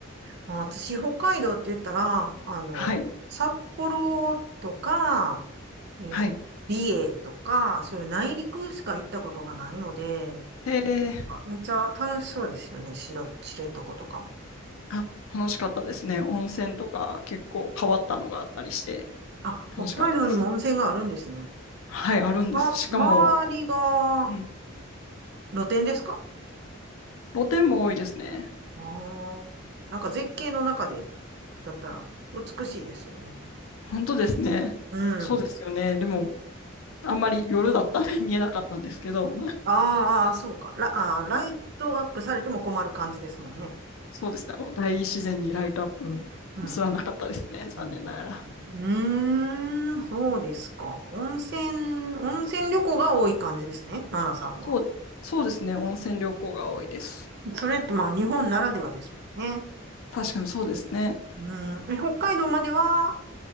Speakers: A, on the right; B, on the left.
A: まあ、私、北海道って言ったら、あの、
B: はい、
A: 札幌とか、えー美瑛とか、
B: はい。
A: そういう内陸しか行ったことがないので、
B: うんへえ、
A: めっちゃ楽しそうですよね。しろ、知床とかも。
B: あ、楽しかったですね。温泉とか結構変わったのがあったりして、
A: あ、北海道にも温泉があるんですね。
B: 楽しかったです。はい、あるんです。
A: ま、
B: しかも、
A: 周りが
B: うん、
A: 露天ですか
B: 露天も多いですね。
A: ああー、なんか絶景の中で、だったら美しいですよね。
B: 本当ですね。
A: うん。
B: そうですよね。でも、あんまり夜だったんで見えなかったんですけど、
A: あーあー、そうか。ラ、あー、ライトアップされても困る感じですもんね。
B: はいそうですね、あの大自然にライトアップすらなかったですね、
A: うん。
B: 残念ながら。
A: うん、うん、うんうーんそうですか。温泉、温泉旅行が多い感じですね、ナナさんは。
B: そう、そうですね、温泉旅行が多いです。
A: それってまあ日本ならではですもんね。
B: 確かにそうですね、
A: うん。え北海道までは